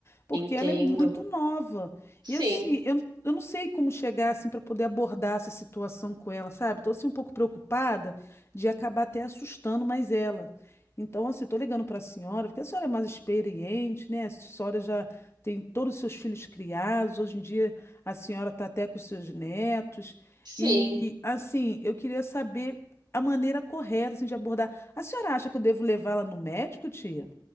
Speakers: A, on the left; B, on the right.
A: Porque
B: entendo.
A: ela é muito nova.
B: Sim,
A: E assim, eu, não- eu não sei como chegar assim para poder abordar essa situação com ela, sabe? Estou assim um pouco preocupada de acabar até assustando mais ela. Então, assim, estou ligando para a senhora, porque a senhora é mais experiente, né? A senhora já tem todos os seus filhos criados. Hoje em dia a senhora está até com os seus netos.
B: sim.
A: E assim, eu queria saber a maneira correta assim, de abordar. A senhora acha que eu devo levá-la no médico, tia?